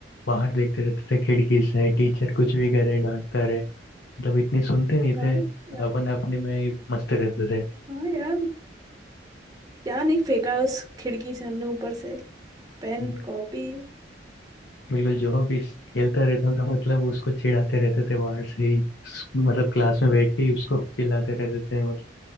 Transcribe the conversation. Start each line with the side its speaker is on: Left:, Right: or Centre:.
Left: बाहर देखते रहते थे खिड़की से टीचर कुछ भी करे डांटता रहे मतलब इतनी सुनते नहीं
Right: हाँ
Left: थे
Right: यार
Left: अपन अपने में ही मस्त रहते
Right: हाँ यार क्या नहीं फेंका है उस खिड़की से हमने ऊपर से पेन
Left: थे
Right: कॉपी
Left: बिल्कुल जो भी खेलता रहता था मतलब उसको चिढ़ाते रहते थे बाहर से ही स- मतलब क्लास में बैठ के ही उसको चिल्लाते रहते थे मतलब